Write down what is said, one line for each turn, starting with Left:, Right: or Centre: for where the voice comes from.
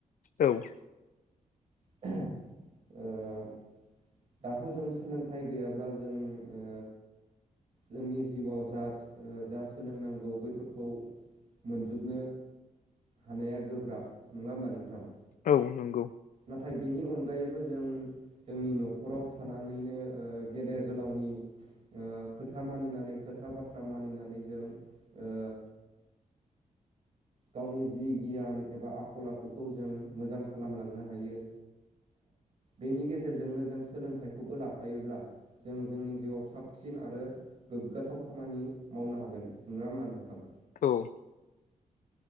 Left: औ
Right: ओ दाथ' जों सोलोंथाइ गैयाब्ला जों ओ जोंनि जिउआव जा जा सोलोंनांगौ बैफोरखौ, मोनजोबनो हानाया गोब्राब नङा होमबा नोंथां,
Left: औ नंगौ
Right: नाथाय बेनि अनगायैबो जों, जोंनि न'खराव थानानैनो ओ गेदेर गोलावनि ओ खोथा मानिनानै खोथा बाथ्रा मानिनानै जों ओ गावनि जि गियान एबा आखल आखुखौ जों मोजां खालामलांनो हायो। बेनि गेजेरजोंनो जों सोलोंथाइखौबो लाफायोब्ला। जों जोंनि जिउआव साबसिन आरो गोग्गाथाव खामानि मावनो हागोन नङा होमबा नोंथां?
Left: औ